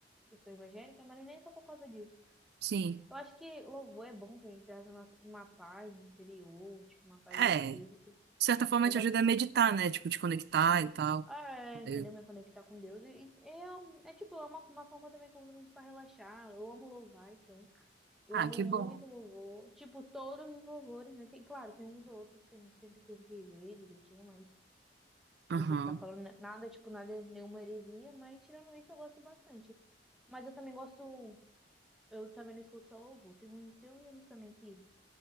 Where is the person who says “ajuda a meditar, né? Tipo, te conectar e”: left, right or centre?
Right